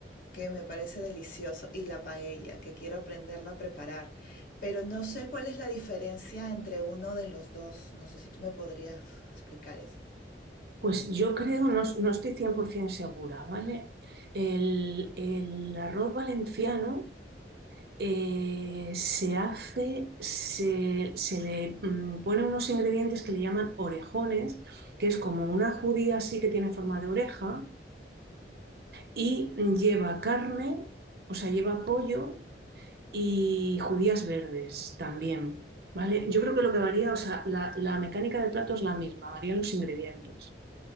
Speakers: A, on the left; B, on the right.
A: que me parece delicioso, y la paella, que quiero aprenderla a preparar. Pero no sé cuál es la diferencia entre uno de los dos. No sé si tú me podrías explicar eso.
B: Pues yo creo, no, no estoy 100% segura, ¿vale? El, el arroz valenciano Eh, se hace, se, se le mm, pone unos ingredientes que le llaman orejones, que es como una judía así que tiene forma de oreja y lleva carne, o sea, lleva pollo y judías verdes también, ¿vale? Yo creo que lo que varía, o sea, la, la mecánica del plato es la misma, varían los ingredientes.